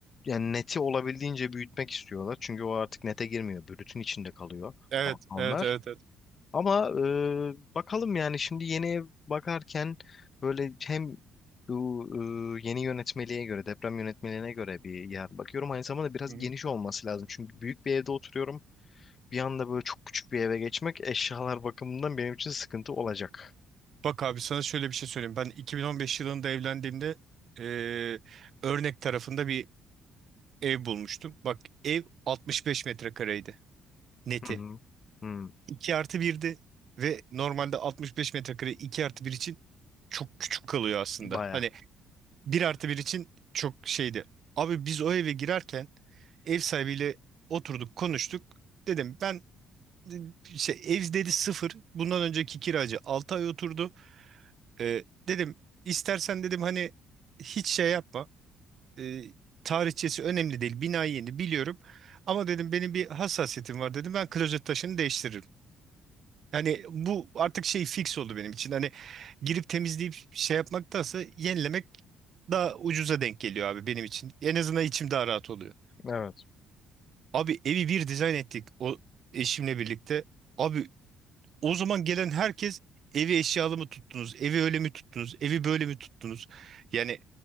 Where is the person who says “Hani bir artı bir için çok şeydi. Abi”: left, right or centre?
Right